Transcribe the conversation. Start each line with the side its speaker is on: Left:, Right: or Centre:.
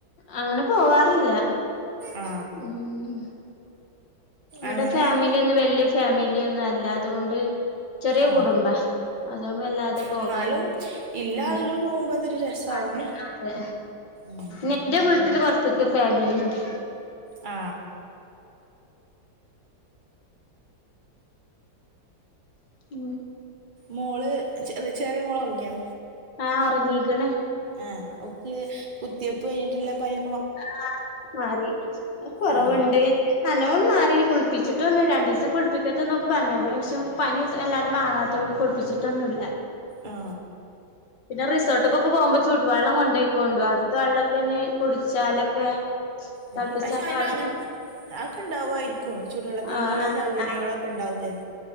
Left: അങ്ങനെ പോവാറില്ല
Right: ആ
Left: ഉ മ്മടെ
Right: അങ്ങനെ
Left: ഫാമിലി ഒന്നും വല്യ ഫാമിലിയൊന്നും അല്ല അതുകൊണ്ട് ചെറിയ
Right: ആ
Left: കുടുംബ അതുകൊണ്ട് വല്ലാതെ പോകാറില്ല
Right: എന്നാലും ഇല്ല
Left: ഉ
Right: ആളുകൾ പോകുമ്പോ അതൊരു രസാവും
Left: അതെ അതെ
Right: ഉം
Left: നിന്റെ വീട്ടില് കുറചൊക്കെ ഫാമിലിണ്ട്
Right: ആ
Left: ഉ
Right: മോള് ചെറിയ ചെറിയ മോള് ഉറങ്ങിയോ
Left: ആ ഉറങ്ങീക്കണ്
Right: ആഹ അവക്ക് കുത്തിയപ്പ് കഴിഞ്ഞിട്ടില്ല പനി
Left: ആ മാറി കൊറവുണ്ട്
Right: ആ
Left: നല്ലോണം മാറിയിന് കുളപ്പിച്ചിട്ടൊന്നുല്ല രണ്ട് ദിവസം കുളിപ്പിക്കരുത് ന്നൊക്കെ പറഞ്ഞ പക്ഷെ പനി വ ല്ലാതെ മാറ ത്തോണ്ട് കുളിപ്പിച്ചിട്ടൊന്നുല്ല
Right: ആ
Left: പിന്നെ റിസോർട് ക് പൊമ്പോ ചുടു വെള്ളം കൊണ്ടോവും ക്കൊണ്ടു അടുത്ത വെള്ളക്കെ ഇനി കുടിച്ചാലൊക്കെ
Right: അ
Left: തിളപ്പിച്ചാറിയ
Right: പക്ഷെ അയിന്
Left: വെള്ളം
Right: അങ്ങൻത്തെ ആക്കെ ഉണ്ടാവാ യിരിക്കും ചുടുള്ളത്തിനുള്ള
Left: ആഹ് ആഹ്
Right: സൗകര്യങ്ങളൊക്കെ ഉണ്ടാവും